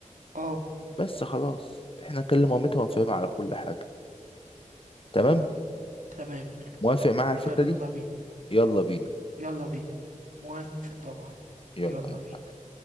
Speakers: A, on the right; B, on the left.
A: اه
B: بس خلاص احنا نكلم مامتها ونفهمها على كل حاجه تمام
A: تمام
B: موافق معايا على
A: يلا
B: الفكره دي
A: بينا
B: يلا بينا
A: يلا بينا موافق طبعا
B: يلا
A: يلا
B: يلا.
A: بينا